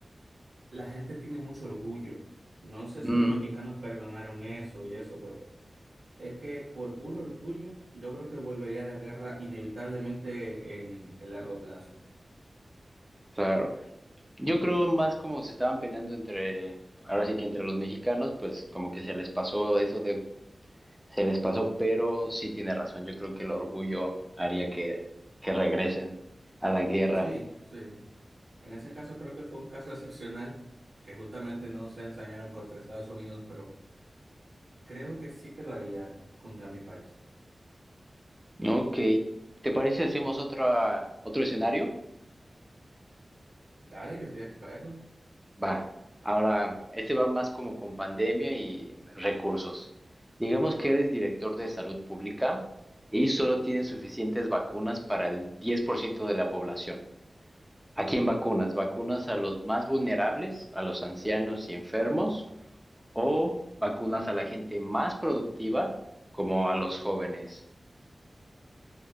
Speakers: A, on the right; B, in the centre.
A: la gente tiene mucho orgullo. No sé
B: Mm,
A: si los mexicanos perdonaron eso y eso, pero es que por puro orgullo yo creo que volvería a la guerra inevitablemente en el largo plazo.
B: claro. Yo creo más como se estaban peleando entre, ahora sí que entre los mexicanos, pues como que se les pasó eso de, se les pasó, pero sí tiene razón, yo creo que el orgullo haría que, que regresen a la guerra.
A: Sí, sí. En ese caso creo que fue un caso excepcional que justamente no se ensañaron contra Estados Unidos, pero creo que sí que lo haría contra mi país.
B: Ok, ¿te parece si hacemos otra, otro escenario?
A: Dale, yo estoy aquí para eso.
B: Va, ahora, este va más como con pandemia y recursos. Digamos que eres director de salud pública y solo tienes suficientes vacunas para el 10% de la población. Aquí en vacunas, vacunas a los más vulnerables, a los ancianos y enfermos, o vacunas a la gente más productiva, como a los jóvenes.